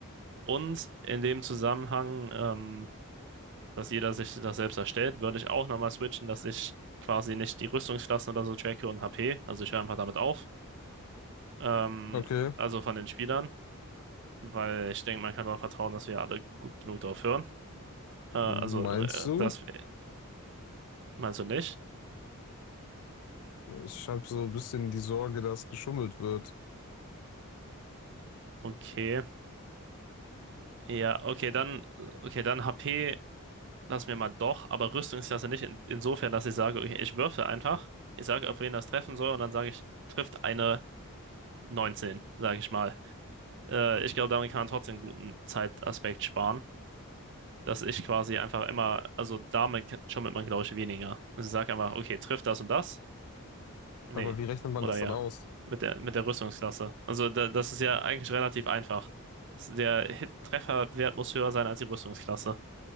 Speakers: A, on the right; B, on the left.
A: Und in dem Zusammenhang, ähm, dass jeder sich das selbst erstellt, würde ich auch nochmal switchen, dass ich quasi nicht die Rüstungsklassen oder so tracke und HP. Also ich höre einfach damit auf. Ähm,
B: okay,
A: also von den Spielern, weil ich denke, man kann darauf vertrauen, dass wir alle gut genug drauf hören. Äh, also,
B: meinst
A: äh,
B: du?
A: das äh, meinst du nicht?
B: Ich habe so ein bisschen die Sorge, dass geschummelt wird.
A: Okay. Ja, okay, dann, okay, dann HP lassen wir mal doch, aber Rüstungsklasse nicht. In, insofern, dass ich sage, okay, ich würfe einfach. Ich sage, auf wen das treffen soll, und dann sage ich, trifft eine 19, sage ich mal. Äh, ich glaube, damit kann man trotzdem einen guten Zeitaspekt sparen, dass ich quasi einfach immer, also damit schummelt man, glaube ich, weniger. Also ich sage einfach, okay, trifft das und das? Nee.
B: Aber wie rechnet man
A: Oder
B: das
A: ja.
B: dann aus?
A: Mit der, mit der Rüstungsklasse. Also da, das ist ja eigentlich relativ einfach. Das- Der Hit Trefferwert muss höher sein als die Rüstungsklasse.